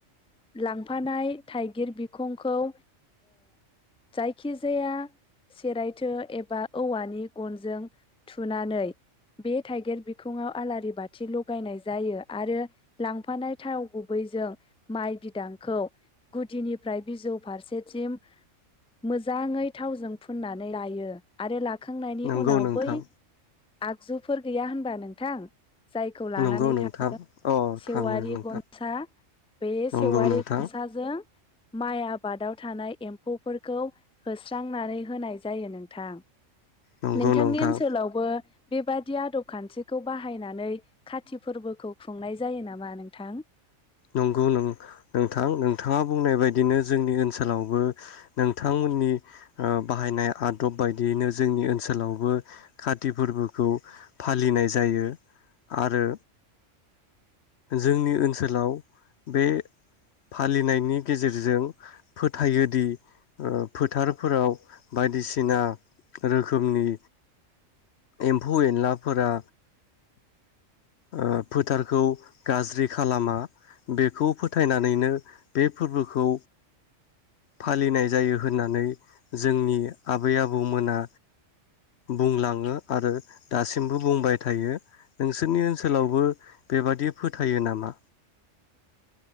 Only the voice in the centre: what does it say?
लांफानाय थाइगिर बिखंखौ ओ जायखिजाया सेरायथो एबा औवानि गनजों थुनानै बे थाइगिर बिखङाव आलारि बाथि लगायनाय जायो आरो लांफानाय थाव गुबैजों माइ बिदांखौ गुदिनिफ्राय बिजौ फारसेथिम मोजाङै थावजों फुननानै लायो आरो ला खांनायनि
उनाव
बै आ आगजुफोर गैया होनबा नोंथां जायखौ लानानै
थाङो
सेवारि
गनसा बे
सेवारि
गनसाजों माइ आबादाव थानाय एम्फौफोरखौ होस्रांनानै होनाय जायो नोंथां।
नोंथांनि
ओनसोलावबो बेबादि आदब खान्थिखौ बाहायनानै खाथि फोरबोखौ खुंनाय जायो नामा नोंथां